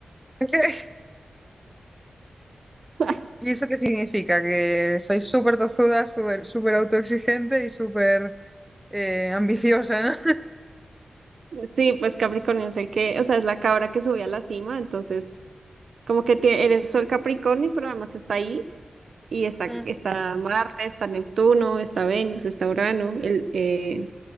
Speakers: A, in the centre; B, on the right.
A: <laughs>
B: <laughs>
A: ¿Y eso qué significa? Que sois súper tozuda, súper súper autoexigente y súper eh, ambiciosa, ¿no?
B: Sí, pues Capricornio es el que, o sea, es la cabra que sube a la cima, entonces como que tie- eres Sol Capricornio, pero además está ahí y está,
A: <laughs> Ujú.
B: está Marte, está Neptuno, está Venus, está Urano, el, eh,